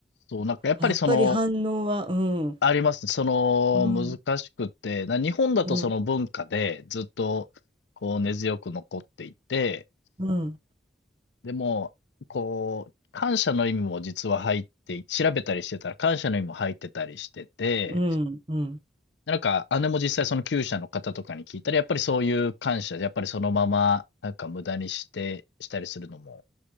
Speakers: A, on the left; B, on the right.
A: そう、なんかやっぱりその、
B: あ、やっぱり反応は、うん、
A: ありますね。その、
B: うん、
A: 難しくて、な日本だとその文化でずっと、
B: うん、
A: こう根強く残っていて、
B: うん、
A: でも、こう、感謝の意味も実は入って調べたりしてたら感謝の意味も入ってたりしてて、
B: うん、うん、
A: なんか姉も実際そのきゅうしゃの方とかに聞いたら、やっぱりそういう感謝、やっぱりそのまま、なんか無駄にしてしたりするのも